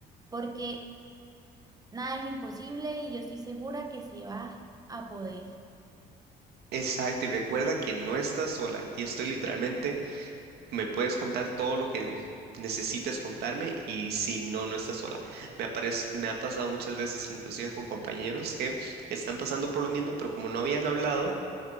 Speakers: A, on the right; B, on the right.
A: porque nada es imposible y yo estoy segura que se va a poder.
B: Exacto, y recuerda que no estás sola. Aquí estoy literalmente, me puedes contar todo lo que necesites contarme y si no, no estás sola. Me aparece, me ha pasado muchas veces, inclusive con compañeros que están pasando por lo mismo, pero como no habían hablado,